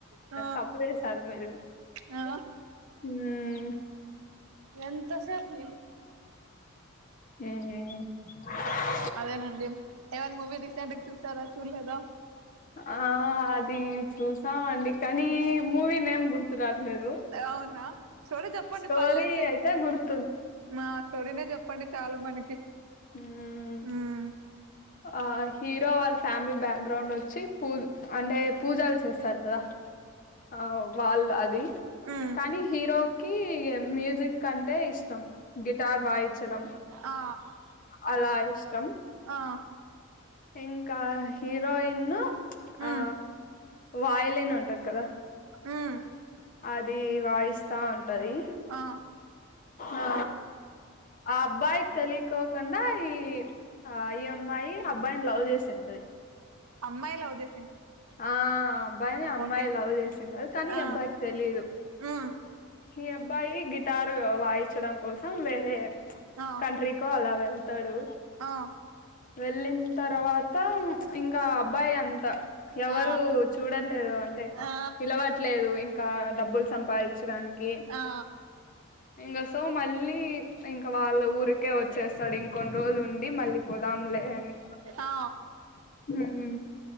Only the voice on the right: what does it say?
<unintelligible> ఆ
ఆ
ఎంత సేపు
అదేనండి ఏవైనా మూవీ రీసెంట్కి చూసారా చూడలేదా
అవునా స్టోరీ చెప్పండి
పర్లేదులే
మా స్టోరినే చెప్పండి చాలు మనకి
మ్మ్
మ్మ్
ఆ
ఆ
మ్మ్
మ్మ్
ఆ
అమ్మాయి లవ్ చే
ఓకే
ఆ
మ్మ్
ఆ
ఆ
ఆ
ఆ
ఆ ఆ
ఆ